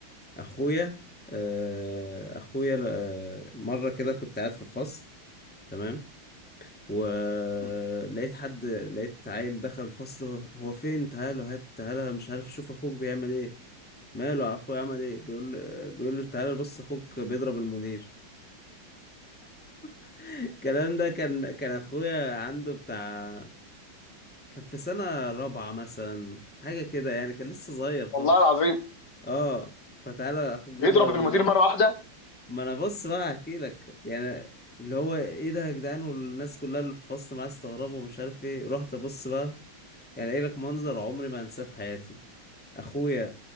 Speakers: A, in the centre; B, on the left.
A: اخويا آه، اخويا آه، مرة كده كنت قاعد في الفصل تمام ولقيت
B: مم.
A: حد لقيت عيل دخل الفصل هو فين تعالوا هات تعالى مش عارف شوف اخوك بيعمل ايه ماله اخويا عمل ايه بيقول بيقول له تعالى بص اخوك بيضرب المدير <laughs> الكلام ده كان كان اخويا عنده بتاع كان في سنة رابعة مثلا حاجة كده يعني كان لسه صغير خالص
B: والله العظيم
A: اه فتعالى اخوك بيضرب
B: بيضرب المدير
A: المدير
B: مرة واحدة
A: ما انا بص بقى هحكي لك يعني اللي هو ايه ده يا جدعان والناس كلها اللي في الفصل معايا استغربوا ومش عارف ايه رحت ابص بقى يعني قايل لك منظر عمري ما انساه في حياتي اخويا